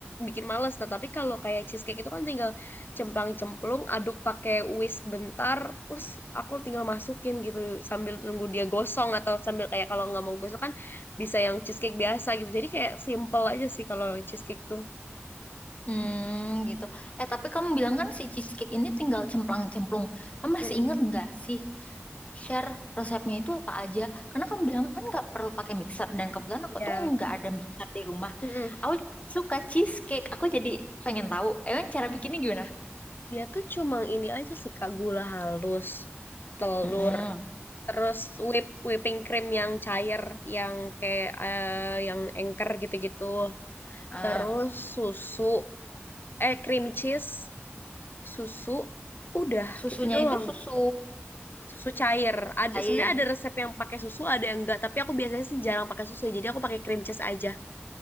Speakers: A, on the left; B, on the left.
A: bikin males. Nah tapi kalau kayak cheesecake itu kan tinggal cemplang-cemplung aduk pakai whisk bentar terus aku tinggal masukin gitu sambil tunggu dia gosong atau sambil kayak kalau nggak mau gosong kan bisa yang cheesecake biasa gitu jadi kayak simple aja sih kalau cheesecake tuh
B: Hmm, gitu. Eh, tapi kamu bilang kan si cheesecake ini tinggal cemplang-cemplung. Kamu masih
A: Mm-mm.
B: inget nggak sih share resepnya itu apa aja? Karena kamu bilang kan nggak perlu pakai mixer dan kebetulan aku
A: Iya
B: tuh nggak ada mixer di rumah.
A: Mm-mm.
B: Aku suka cheesecake. Aku jadi pengen tahu. Emang cara bikinnya gimana?
A: Dia tuh cuma ini aja sih Kak gula halus telur
B: Mm-mm.
A: terus whip whipping cream yang cair yang kayak eh, yang engker gitu-gitu
B: Ah,
A: terus susu eh cream cheese susu udah
B: susunya
A: itu doang
B: itu susu
A: susu cair. Ada
B: cair.
A: sebenarnya ada resep yang pakai susu, ada yang enggak. Tapi aku biasanya sih jarang pakai susu, jadi aku pakai cream cheese aja.